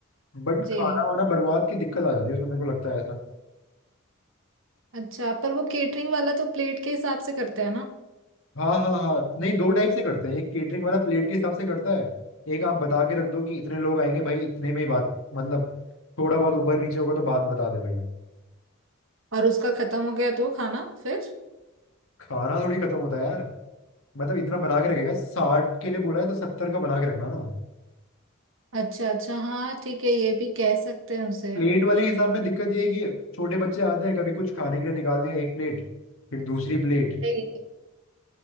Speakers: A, on the left; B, on the right.
A: बट
B: जी
A: खाना वाना बर्बाद की दिक्कत आ जाती है उसमें मेरे को लगता है ऐसा
B: अच्छा पर वो केटरिंग वाला तो प्लेट के हिसाब से करते हैं ना
A: हाँ हाँ हाँ नहीं दो टाइप से करते हैं एक केटरिंग वाला प्लेट के हिसाब से करता है एक आप बता के रख दो कि इतने लोग आएंगे भाई इतने में ही बात मतलब थोड़ा बहुत ऊपर नीचे होगा तो बात बता दे भाई
B: और उसका खत्म हो गया तो खाना फिर
A: खाना थोड़ी खत्म होता है यार। मतलब इतना बना के रखेगा साठ के लिए बोला है तो सत्तर का बना के रखना ना
B: अच्छा अच्छा हाँ ठीक है ये भी कह सकते हैं उसे
A: प्लेट वाले हिसाब में दिक्कत ये है कि छोटे बच्चे आते हैं कभी कुछ खाने के लिए निकालने एक प्लेट फिर दूसरी प्लेट
B: नहीं